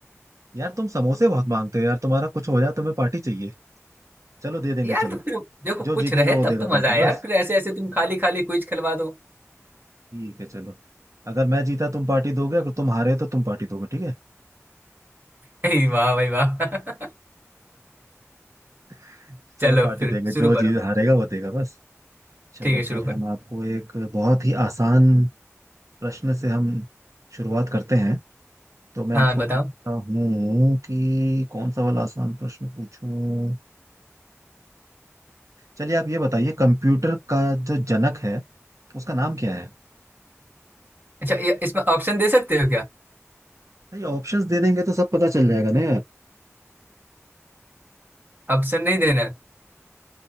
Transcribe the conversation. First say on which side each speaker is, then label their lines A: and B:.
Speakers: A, on the right; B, on the right.
A: यार तुम समोसे बहुत मांगते हो यार तुम्हारा कुछ हो जाए तुम्हें पार्टी चाहिए चलो दे देंगे
B: यार
A: चलो
B: तो फिर देखो
A: जो
B: कुछ
A: जीतेगा
B: रहे
A: वो
B: तब
A: देगा
B: तो मजा
A: पार्टी
B: आया
A: बस
B: यार फिर ऐसे ऐसे तुम
A: हम्म।
B: खाली खाली क्विज खिलवा दो
A: ठीक है चलो अगर मैं जीता तुम पार्टी दोगे अगर तुम हारे तो तुम पार्टी दोगे ठीक है
B: <laughs> हे वाह भाई वाह
A: <laughs>
B: <laughs>
A: चलो
B: चलो
A: पार्टी
B: फिर
A: देंगे
B: शुरू
A: जो जीत
B: करो
A: हारेगा वो देगा बस चलो
B: ठीक है शुरू
A: फिर
B: करो
A: हम आपको एक बहुत ही आसान प्रश्न से हम शुरुआत करते हैं तो मैं
B: हाँ
A: आपको
B: बताओ
A: पूछता हूँ कि कौन सा वाला आसान प्रश्न पूछूं चलिए आप ये बताइए कंप्यूटर का जो जनक है उसका नाम क्या है
B: अच्छा ये इसमें ऑप्शन दे सकते हो क्या
A: नहीं ऑप्शंस दे देंगे तो सब पता चल जाएगा ना यार
B: ऑप्शन नहीं देना है?